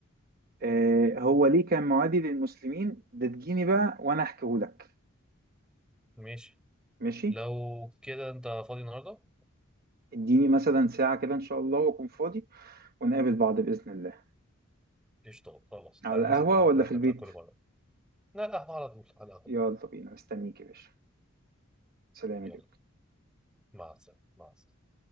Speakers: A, on the right (about 45°); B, in the centre.
A: آه، هو ليه كان معادي للمسلمين ده تجيني بقى وأنا أحكيهولك
B: ماشي
A: ماشي
B: لو كده انت فاضي النهارده
A: اديني مثلا ساعة كده إن شاء الله وأكون فاضي ونقابل بعض بإذن الله
B: قشطة خلاص
A: على
B: تعالى
A: القهوة
B: ننزل القهوة
A: ولا
B: بتاعتنا
A: في البيت
B: بتاع كل مرة لا القهوة على طول على القهوة
A: يلا بينا مستنيك يا باشا سلام
B: يلا
A: يا جدع.
B: مع السلامة مع السلامة